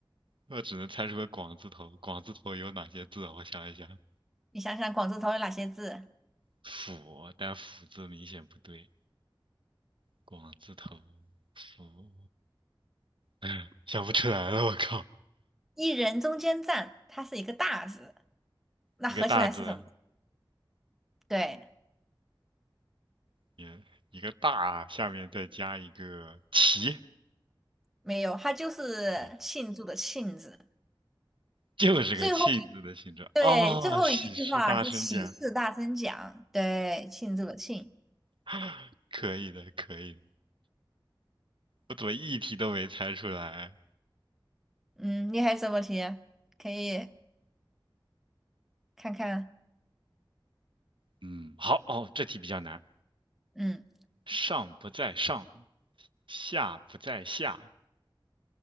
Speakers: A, on the right; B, in the centre.
A: 我只能猜出个广字头。广字头有哪些字啊我想一想，
B: 你想想，广字头有哪些字？
A: 斧，但斧字明显不对。广字头福，<laughs> 想不出来了，我靠，
B: 一人中间站，它是一个大字，那合起来是什么？
A: 一个大字，
B: 对，
A: 也一个大，下面再加一个齐，
B: 没有，它就是庆祝的庆字。
A: 不对，就是个庆字的形状啊，
B: 最后一对最后一句话就是喜事大声讲，
A: 喜事大声讲，
B: 对，庆祝的庆。
A: <laughs> 可以的，可以的，我怎么一题都没猜出来？
B: 嗯，你还有什么题？可以看看。
A: 嗯，好，哦，这题比较难，
B: 嗯，
A: 上不在上，下不在下，